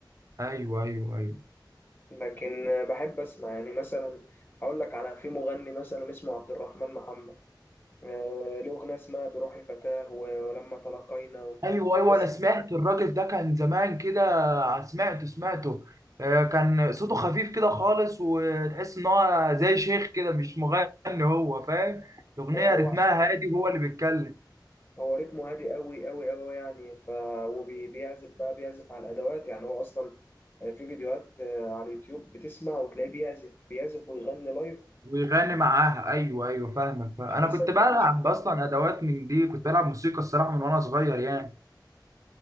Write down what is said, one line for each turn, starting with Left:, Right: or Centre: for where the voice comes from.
Right: أيوه أيوه أيوه
Left: لكن آه، بحب اسمع يعني مثلا هقول لك على في مغني مثلا اسمه عبد الرحمن محمد آه، له أغنية اسمها بروحي فتاة و- ولما تلاقينا و-
Right: ايوه ايوه
Left: كذا
Right: انا سمعت الراجل ده كان زمان كده سمعته سمعته آه، كان صوته خفيف كده خالص وتحس ان هو زي شيخ كده مش مغني هو فاهم الاغنيه
Left: وهو
Right: رتمها هادي وهو اللي بيتكلم
Left: هو رتمه هادي قوي قوي قوي يعني ف وبيعزف بقى بيعزف على الأدوات يعني هو أصلا آه، في فيديوهات آه، على اليوتيوب بتسمع وتلاقيه بيعزف بيعزف ويغني لايف
Right: ويغني معاها ايوه ايوه فاهمك فاهم.
Left: مش
Right: انا
Left: بيسجل
Right: كنت بلعب
Left: مش
Right: اصلا ادوات من دي كنت بلعب موسيقى الصراحه من وانا صغير يعني